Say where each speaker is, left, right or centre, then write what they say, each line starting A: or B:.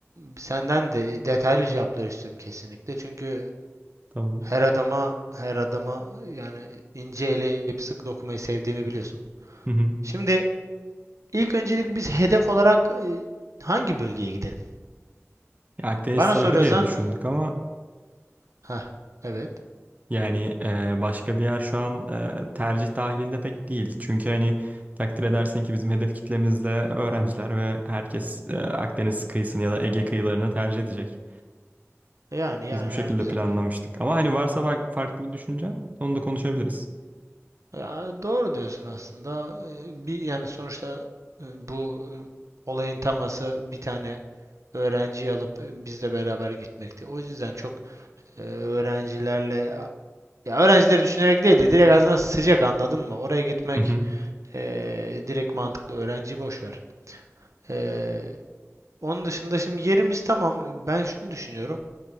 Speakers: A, on the right; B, on the right.
A: senden de detaylı cevaplar istiyorum kesinlikle. Çünkü
B: Tamam.
A: her adama her adama yani ince eleyip sık dokumayı sevdiğimi biliyorsun.
B: Hı hı.
A: Şimdi ilk öncelik biz hedef olarak e, hangi bölgeye gidelim?
B: Ya Akdeniz
A: Bana
B: tarafı
A: soruyorsan
B: diye düşündük ama
A: ha evet.
B: yani e, başka bir yer şu an e, tercih dahilinde pek değil. Çünkü hani takdir edersin ki bizim hedef kitlemizde öğrenciler ve herkes e, Akdeniz kıyısını ya da Ege kıyılarını tercih edecek.
A: E, Yani yani
B: Biz bu şekilde
A: yani güzel.
B: planlamıştık. Ama hani varsa fa- farklı bir düşüncen onu da konuşabiliriz.
A: Ya, doğru diyorsun aslında. E, bir yani sonuçta e, bu e, olayın taması bir tane öğrenciyi alıp e, bizle beraber gitmekti. O yüzden çok e, öğrencilerle ya öğrencileri düşünerek değil de direkt aslında sıcak anladın mı? Oraya gitmek
B: Hı hı.
A: e, direkt mantıklı. Öğrenciyi boş ver. E, onun dışında şimdi yerimiz tamam. Ben şunu düşünüyorum.